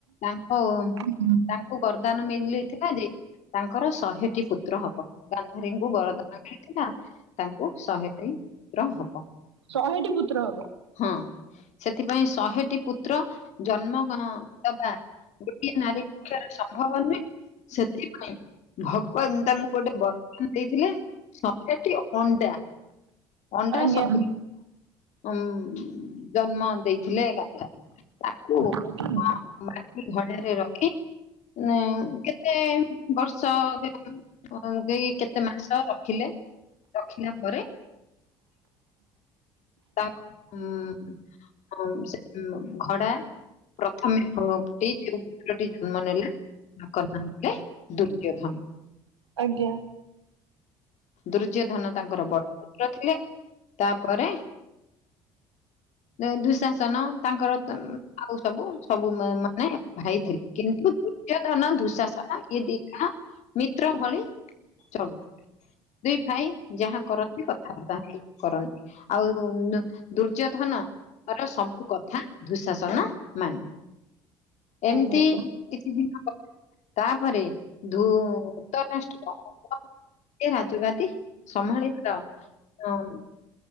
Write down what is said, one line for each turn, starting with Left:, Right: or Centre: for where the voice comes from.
Left: ତାଙ୍କୁ
Right: <unintelligible>
Left: ତାଙ୍କୁ ବରଦାନ ମିଳିଯାଇଥିଲା ଯେ ତାଙ୍କର ଶହେଟି ପୁତ୍ର ହବ, ଗାନ୍ଧାରୀଙ୍କୁ ବରଦାନ ମିଳିଥିଲା ତାଙ୍କୁ ଶହେ ପାଇଁ ପୁତ୍ର ହବ।
Right: ଶହେଟି ପୁତ୍ର ହବ।
Left: ହଁ। ସେଥିପାଇଁ ଶହେଟି ପୁତ୍ର ଜନ୍ମ ଦବା ଗୋଟିଏ ନାରୀ ପକ୍ଷରେ ସମ୍ଭବ ନୁହେଁ। ସେଥିପାଇଁ ଭଗବାନ ତାଙ୍କୁ ଗୋଟେ ବରଦାନ୍ ଦେଇଥିଲେ। ଶହେଟି ଅଣ୍ଡା ଅଣ୍ଡା
Right: ଆଜ୍ଞା।
Left: ସ ଉ ଜନ୍ମ ଦେଇଥିଲେ ଗାନ୍ଧାରୀ ତାକୁ
Right: ଆଜ୍ଞା।
Left: ହଁ। ମାଟି ଘଡାରେ ରଖି ହୁଁ କେତେ ବର୍ଷ ହଁ କେହି କେତେ ମାସ ରଖିଲେ ରଖିଲା ପରେ ତା ହଁ ସେ ଖଡା ପ୍ରଥମେ ଫୁଟି ଯେଉଁ ପୁତ୍ରଟି ଜନ୍ମ ନେଲେ ତାଙ୍କର ନା ଦେଲେ ଦୁର୍ଯ୍ୟଧନ।
Right: ଆଜ୍ଞା।
Left: ଦୁର୍ଯ୍ୟୋଧନ ତାଙ୍କର ବଡ ତ୍ର ଥିଲେ ତାପରେ ଯୋଉ ଧୁଶାସନ ତାଙ୍କର ତମ୍ ଆଉ ତାକୁ ସବୁ ମାନେ ଭାଇଥିଲେ କିନ୍ତୁ ଦୁର୍ଯ୍ୟୋଧନ ଦୁଃଶାସନ ଇଏ ଦି ଜଣ ମିତ୍ର ଭଳି ସବୁ। ଦୁଇ ଭାଇ ଯାହା କରନ୍ତି କଥାବାର୍ତ୍ତା ହେଇ କରନ୍ତି ଆଉ ଉ ଦୁର୍ଯ୍ୟୋଧନ ର ସବୁ କଥା ଦୁଶାସନ ମାନେ। ଏମ୍ତି
Right: ଓହୋ।
Left: କିଛି ଦିନ ତାପରେ ଧୁତରାଷ୍ଟ୍ର ଏ ରାଜଗାଦି ସମ୍ଭାଳିବାର